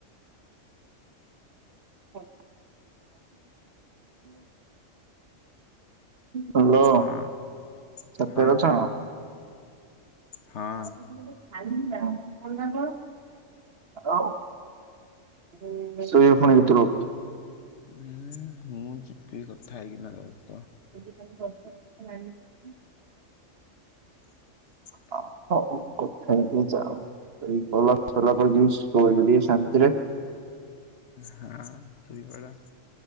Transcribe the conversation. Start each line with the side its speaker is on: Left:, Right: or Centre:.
Right: ହାଲୋ। ହାଲୋ
Left: ହଁ।
Right: କେତେ
Left: ହଁ
Right: ଅଛ।
Left: ହଁ
Right: <unintelligible>
Left: ହଁ।
Right: ଶୋଇବ ପୁଣି କେତେବେଳ କୁ।
Left: ଉଁ ମୁଁ ଯିବି କଥା ହେଇକିନା।
Right: <unintelligible>
Left: <inaudible>
Right: ହଉ ହଉ। କଥା ହେଇକି ଯାଅ ଏଇ କଲର ସରିଲା ପରେ ଯିବି ଶୋଇବି ଟିକେ ଶାନ୍ତିରେ।
Left: ହଁ ଶୋଇପଡ।